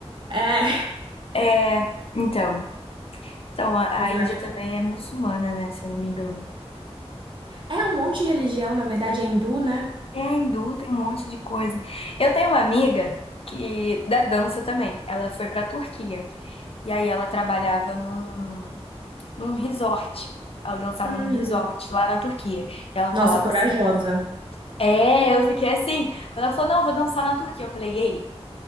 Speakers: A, on the right (about 50°); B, on the left (about 60°).
A: É,
B: É, então, então a,
A: mas
B: a
A: eu
B: Índia
A: acho
B: também
A: lindo.
B: é muçulmana, né? Se eu não me engano.
A: É um monte de religião, na verdade, é hindu, né?
B: É hindu, tem um monte de coisa. Eu tenho uma amiga que da dança também. Ela foi pra Turquia e aí ela trabalhava num, num resort. Ela dançava
A: Hum,
B: num resort lá na Turquia. E ela
A: nossa,
B: falava
A: corajosa.
B: assim: É, eu fiquei assim. Quando ela falou: Não, eu vou dançar na Turquia, eu falei: Ei,